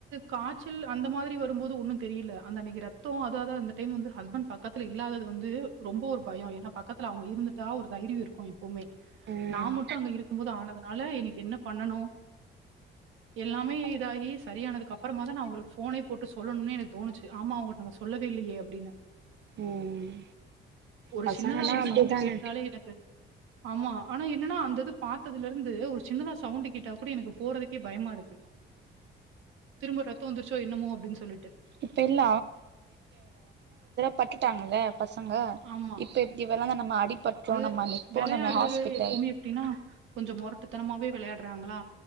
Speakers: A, on the right; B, on the right.
A: காச்சல் அந்த மாரி வரும்போது ஒன்னும் தெரியல அந்த அன்னைக்கு ரத்தோ அதாது அந்த டைம் வந்து ஹஸ்பண்ட் பக்கத்து இல்லாதது வந்து ரொம்ப ஒரு பயோ ஏன்னா பக்கத்துல அவுங்க இருந்துட்டா ஒரு தைரியோ இருக்கு எப்பவுமே
B: ம்
A: நா மட்டும் அங்க இருக்கும் போது ஆனதுனால என் எனக்கு என்ன பண்ணணு எல்லாமே இதாகி சரியானதுக்கு அப்புறமா தா நா அவுங்களுக்கு போனே போட்டு சொல்லணுன்னே எனக்கு தோணுச்சு ஆமா அவுங்கட்ட நம்ம சொல்லவே இல்லையே அப்டின்னு
B: ம்
A: ஒரு
B: பசங்கன்னா
A: சின்னதா ஒரு
B: அப்டிதான
A: சவுண்டு கேட்டுட்டாலே எனக்கு ஆமா ஆனா என்னன்னா அந்த இது பாத்ததுல இருந்து ஒரு சின்னதா சவுண்டு கேட்டா கூட எனக்கு போறதுக்கே பயமா இருக்கு திரும்ப ரத்தோ வந்துருச்சோ என்னமோ அப்டின்னு சொல்லிட்டு
B: இப்ப இல்ல பட்டுட்டாங்கள்ல பசங்க
A: ஆமா.
B: இப்ப இப்டி விளாந்து நம்ம அடிப்பட்டுட்டோ
A: அது
B: நம்ம அன்னைக்கி‌
A: விளையாடுறது
B: போனோமே ஹாஸ்பிட்டல்
A: எப்பவுமே எப்டின்னா கொஞ்சோ மொரட்டுத்தனமாவே விளையாடுறாங்களா